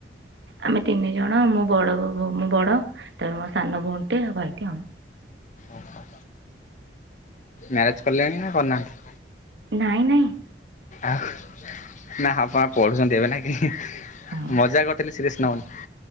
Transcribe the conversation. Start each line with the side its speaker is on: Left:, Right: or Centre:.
Right: ଆମେ ତିନି ଜଣ ମୁଁ ବଡ ବୋଉ ଭୋ ମୁଁ ବଡ ତାପରେ ମୋ ସାନ ଭୋଉଣୀଟେ ଆଉ ଭାଇଟେ ଆଉ।
Left: ଓହୋ। ମ୍ୟାରେଜ୍ କଲେଣି ନା କରିନାହାନ୍ତି?
Right: ନାଇଁ ନାଇଁ।
Left: ଆଉ ନା ଆପଣ ପଢୁଛନ୍ତି ଏବେ ନା କି
Right: ହଁ
Left: ମଜା କରୁଥିଲି ସିରିଏସ୍ ନବନି।